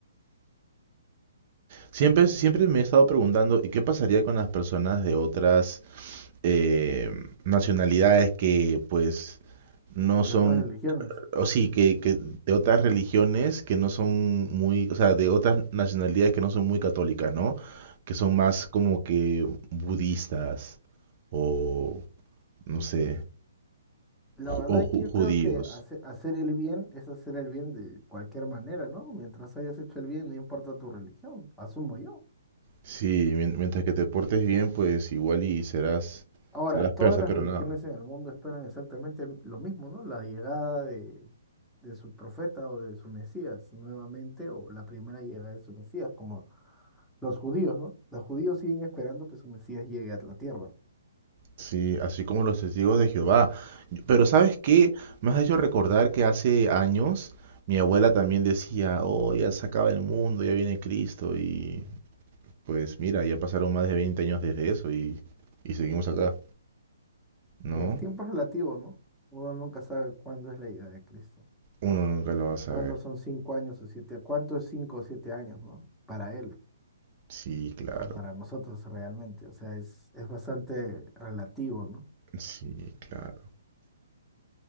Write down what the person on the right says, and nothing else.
Siempre, siempre me he estado preguntando, ¿y qué pasaría con las personas de otras eh, nacionalidades que pues no
son,
o sí, que, que de otras religiones que no son muy, o sea, de otras nacionalidades que no son muy católicas, ¿no? Que son más como que budistas o no sé,
ju-
o
ju-
judíos.
Sí, mien- mientras que te portes bien, pues igual y serás,
serás
persa,
pero
nada.
Sí, así como los testigos de Jehová. Yo- Pero ¿sabes qué? Me has hecho recordar que hace años mi abuela también decía, oh, ya se acaba el mundo, ya viene Cristo. Y pues mira, ya pasaron más de 20 años desde eso y, y seguimos acá, ¿no?
Uno nunca lo va a saber.
Sí, claro.
Sí, claro.